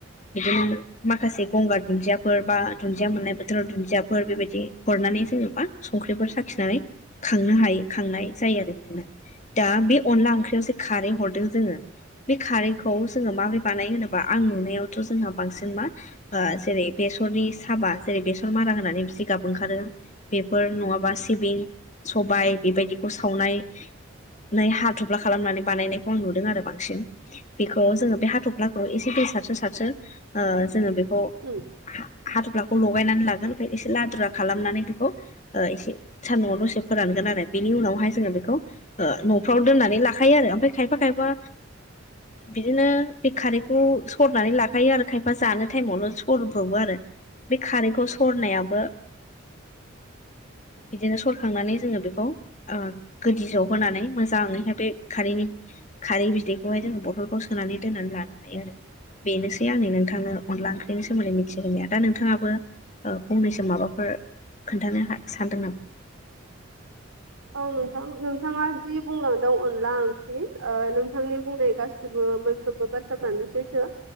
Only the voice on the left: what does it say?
बिदिनो माखासे गंगार दुन्दियाफोर बा दुन्दिया मोननाय बोथोराव दुन्दियाफोर बेबायदि हरनानै जोङो मा संख्रिफोर साखिनानै खांनो हायो। खांनाय जायो आरो बिदिनो दा बे अनला ओंख्रियावसो खारै हरदों जोंङो बे खारैखौ जोङो माबोरै बानायो होनोबा आं नुनायावथ' जोंहा बांसिन मा ओ जेरै बेसरनि साबा जेरै बेसर मादा होनानै जिगाब ओंखारो बेफोर नंङाबा सिबिं सबाय बेबायदि सावनाय नाय हाथफ्ला खालामनानै बानायनायखौ आं नु दों आरो बांसिन बेखौ जोङो बे हाथ'फ्लाखौ एसे दै सारसो सारसो जोङो बेखौ
हा-हाथुफ्लाखौ लगायनानै लागोन ओमफाय एसे लादुरा खालामनानै बेखौ एसे सान्दुंआव दसे फोरानगोन आरो बेनि उनावहाय जोङो बेखौ ओ न'फ्राव दोननानै लाखायो आरो ओमफाय खायफा ओ बिदिनो बे खारैखौ सरनानै लाखायो आरो खायफा जानो टाइमावल' सरब्रबो आरो। बे खारैखौ सरनायाबो बिदिनो सरखांनानै जोङो बेखौ ओ गोदि जौ होनानै मोजाङैहाय बे खारैनि खारै बिदैखौहाय जों बथलखौ सोनानै दोननानै लानो हायो आरो बेनोसै आंनि नोंथांनो अनला ओं बेनि सोमोन्दै मिथिहोनाया दा नोंथाङाबो ओ फंनैसो माबाफोर खोन्थानो हा सानदों नामा?